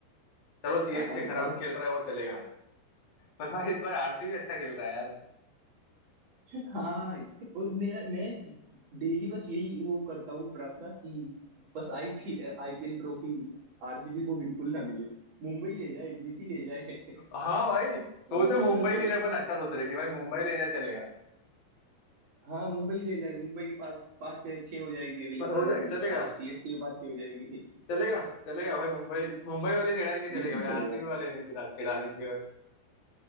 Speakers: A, on the left; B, on the right.
A: चलो सीएसके
B: हाँ हाँ
A: खराब
B: बताओ
A: खेल रहा है वो चलेगा पर भाई इस बार आरसीबी अच्छा खेल रहा है यार
B: हाँ और मेरा मैं डेली बस यही वो करता हूँ प्रार्थना कि बस आईपी आईपीएल ट्रॉफी आरसीबी को बिल्कुल ना मिले मुंबई ले जाए डीसी ले जाए
A: हाँ भाई सोचो
B: मतलब
A: मुंबई
B: ये सब थोड़ा
A: के लिए अपन अच्छा सोच रहे कि भाई मुंबई ले जाए चलेगा
B: हाँ मुंबई ले जाए मुंबई के पास पांच है छह हो जाएगी अगले साल
A: हो जाएगा
B: हम
A: चलेगा
B: आर सीएसके के पास छह हो जाएगी
A: चलेगा चलेगा भाई मुंबई मुंबई वाले चिढ़ाएंगे
B: बिल्कुल
A: चलेगा भाई
B: चलेगा
A: आरसीबी वाले नहीं चिढ़ा चिढ़ाने चाहिए बस